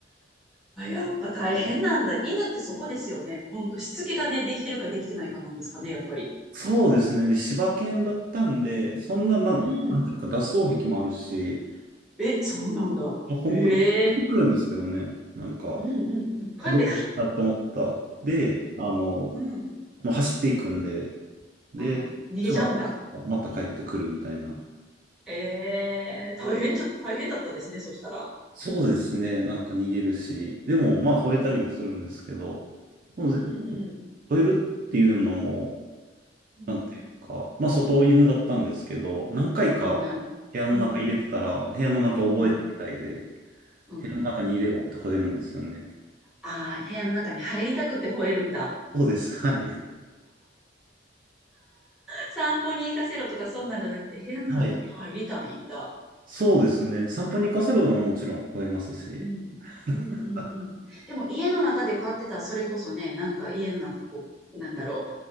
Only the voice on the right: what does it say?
そうですね。で、柴犬だったんで、そんな、なん、
なんていうか、脱走癖もあるし、
まあ本当に隠れてくるんですけどね。
なんか、
あ、どこ行ったって思った。で、あの、
まあ、走っていくんで、で、
人がまた帰ってくるみたいな。
そうですね。なんか逃げるし、でもまあ吠えたりもするんですけど、
もう全然
吠えるっていうのも、
なんていうか、まあ外犬だったんですけど、何回か部屋の中入れてたら、
部屋の中覚えたみたいで、
部屋の中に入れろって吠えるんですよね。
そうです。はい。
はい。そうですね。散歩に行かせろでももちろん吠えますし。
あ、